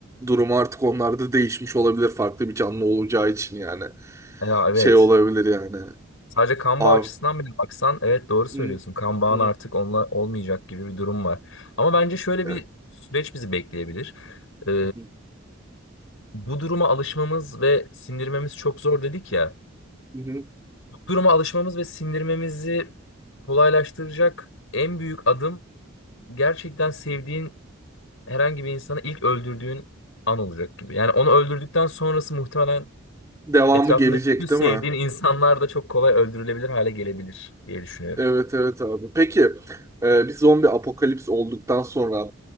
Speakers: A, on the right; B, on the left.
A: durumu artık onlarda değişmiş olabilir. Farklı bir canlı olacağı için yani.
B: Ya evet.
A: Şey olabilir yani.
B: Sadece kan
A: Aa,
B: bağı açısından bile baksan evet doğru söylüyorsun.
A: hı,
B: Kan bağın
A: hı,
B: artık onunla olmayacak gibi bir durum var. Ama bence şöyle
A: evet,
B: bir süreç bizi bekleyebilir. E,
A: hı,
B: bu duruma alışmamız ve sindirmemiz çok zor dedik ya.
A: hı.
B: duruma alışmamız ve sindirmemizi kolaylaştıracak en büyük adım gerçekten sevdiğin herhangi bir insanı ilk öldürdüğün an olacak gibi. Yani onu öldürdükten sonrası muhtemelen
A: Devamı
B: etrafındaki
A: gelecek
B: bütün sevdiğin
A: değil mi?
B: insanlar da çok kolay öldürülebilir hale gelebilir diye düşünüyorum.
A: Evet evet abi. Peki e, bir zombi apokalips olduktan sonra